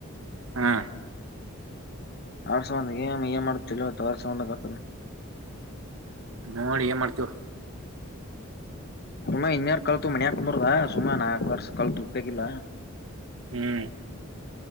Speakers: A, on the right; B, on the left.
A: ಹಾ
B: ಆಡ್ಸಂದ ಏ ಏ ಮಾಡುತ್ತಲ್ಲತ್ತು ಆರ್ಸಂದಾಗ ಆತ
A: ನೋಡಿ ಏನ್ ಮಾಡ್ತೀವ
B: ಸುಮಾ ಇನ್ಯಾರ್ ಕಳ್ತು ಮನ್ ಹಾಕಂದ್ರದ ಸುಮಾ ನಾಕ ಕರ್ಸ ಕಲ್ತು ಉೇಕಿಲ್ಲ
A: ಹ್ಮ್